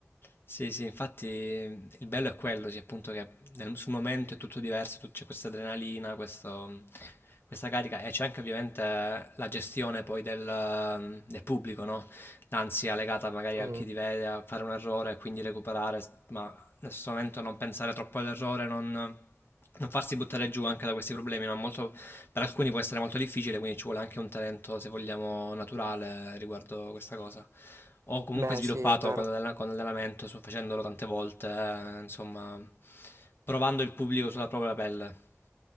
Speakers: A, on the left; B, on the right.
A: Sì, sì, infatti il bello è quello, sì, appunto che nel- sul momento è tutto diverso, tu- c'è questa adrenalina, questo- questa carica e c'è anche ovviamente la gestione poi del, del pubblico, no? L'ansia legata magari
B: Mm,
A: a chi ti vede, a fare un errore e quindi recuperare, ma nel stesso momento non pensare troppo all'errore, non, non farsi buttare giù anche da questi problemi, no? Molto- per alcuni può essere molto difficile, quindi ci vuole anche un talento, se vogliamo, naturale riguardo questa cosa. Ho comunque
B: Beh,
A: sviluppato
B: sì, è vero.
A: con l'all- con l'allenamento, so- facendolo tante volte, eh, insomma, provando il pubblico sulla propria pelle.